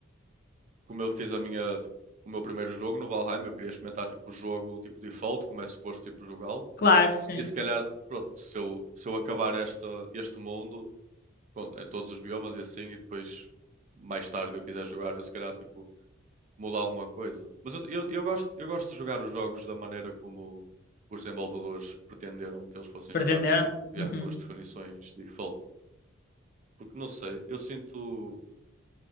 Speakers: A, on the right (about 35°); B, on the left (about 45°).
A: como eu fiz a minha, tipo, o meu primeiro jogo no Valheim, eu queria experimentar tipo o jogo tipo default, como é suposto tipo jogá-lo.
B: Claro, sim.
A: E se calhar, pronto, se eu, se eu acabar esta, este mundo com- em todos os biomas e assim, e depois mais tarde eu quiser jogar, eu se calhar tipo mudar alguma coisa. Mas eu, eu, eu gosto, eu gosto de jogar os jogos da maneira como os desenvolvedores pretenderam que eles fossem
B: Pretenderam.
A: jogados, sempre yeah,
B: Uhum.
A: com as definições default. Porque não sei, eu sinto.